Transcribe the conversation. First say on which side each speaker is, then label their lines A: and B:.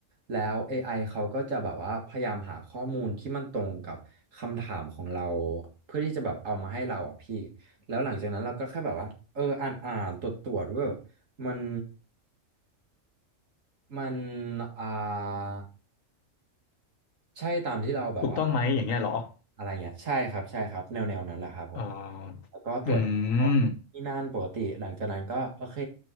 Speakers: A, on the right (about 75°); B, on the left (about 80°).
A: แล้ว AI เขาก็จะแบบว่าพยายามหาข้อมูลที่มันตรงกับคำถามของเราเพื่อที่จะแบบเอามาให้เราอ่ะพี่แล้วหลังจากนั้นเราก็แค่แบบว่าเอออ่านอ่านตรวจตรวจว่าแบบมันมันอ่า ใช่ตามที่เราแบบว่า
B: ถูกต้องไหมอย่างเงี้ยเหรอ
A: อะไรเงี้ยใช่ครับใช่ครับแนวแนวนั้นแหละครับผม
B: อ๋ออื
A: แล้วก็ตรวจสอบที่นั่นปกติหลังจากนั้นก็โอเค
B: ม